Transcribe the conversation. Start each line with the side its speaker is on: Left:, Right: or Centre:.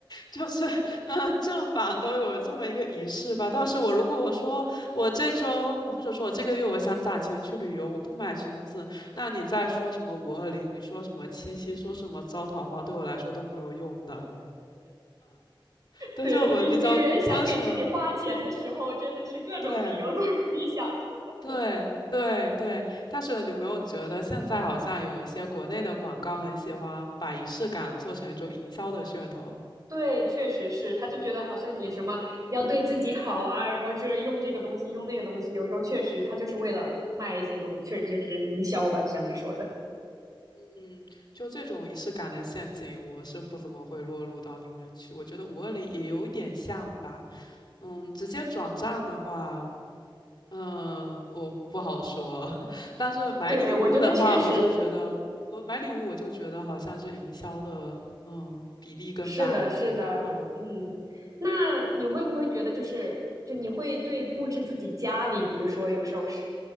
Left: 就是，嗯，正反都有这么一个仪式吧。但是我如果说我这周或者说我这个月我想攒钱去旅游，我不买裙子，那你再说什么五二零，你说什么七夕，说什么招桃花，对我来说都没有用的。对，
Right: 对，
Left: 就我比较遵守，
Right: 女女人想给自己花钱的时候，真的是各种理由都可以想出来。
Left: 对。对对对，但是你有没有觉得现在好像有一些国内的广告很喜欢把仪式感做成一种营销的噱头？
Right: 对，确实是，他就觉得好像你什么要对自己好啊，
Left: 嗯
Right: 然后这用这个东西，用那个东西，有时候确实他就是为了卖一些东西，确实就是营销吧，就像你说的。
Left: 嗯，就这种仪式感的陷阱，我是不怎么会落入到里面去。我觉得五二零也有一点像吧。嗯，直接转账的话，嗯，我不好说。<laughs> 但是买礼物的话，
Right: 对，我觉得确实
Left: 我就觉得我买礼物，我就觉得好像是营销的，嗯，比例更大一点。
Right: 是的，是的，
Left: 嗯。
Right: 嗯，那你会不会觉得就是，就你会对布置自己家里，比如说有时候是